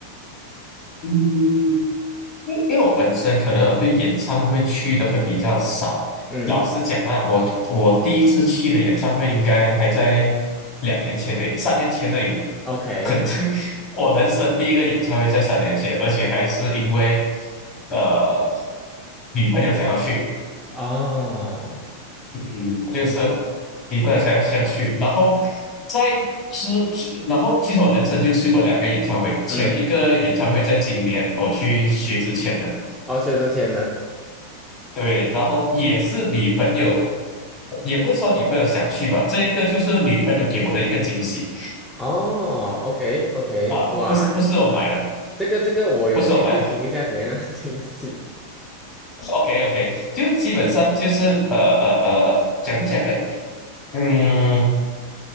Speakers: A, on the left; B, in the centre.
A: 嗯，因因为我本身可能有对演唱会去的会比较少。
B: 嗯
A: 老实讲啊，我我第一次去的演唱会应该还在两年前的，三年前的，已。
B: ，OK，
A: 很，<laughs> 我人生第一个演唱会在三年前，而且还是因为呃女朋友想要去，
B: 哦，
A: 嗯，就是
B: 然后
A: 离朋了才下去，然后在之，然后其实我人生就去过两个演唱会，前一个演唱会在今年我去薛之谦的，
B: 嗯，哦，薛之谦的，
A: 对，然后也是女朋友，也不是说女朋友想去吧，这一个就是女朋友给我的一个惊喜
B: 哦，OK，OK，
A: 啊，不不是不是我买的，
B: 哇，这个这个我有兴趣听一下怎样的
A: 不是我买的
B: <laughs> 惊喜，
A: ，OK OK，<laughs> 就基本上就是呃呃呃，讲讲呢，嗯。